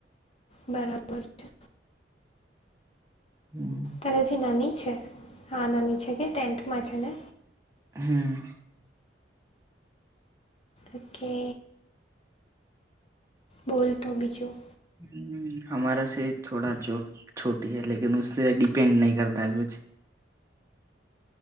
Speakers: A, on the left; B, on the right.
A: બરાબર છે.
B: હમ
A: તારાથી નાની છે? હા નાની છે કે ટેન્થમાં છે ને?
B: હમ
A: ઓકે બોલ તો બીજું.
B: હમ્મ, હમારા સે થોડા જો છોટી હૈ લેકિન ઉસસે ડિપેન્ડ નહી કરતા હે કુછ.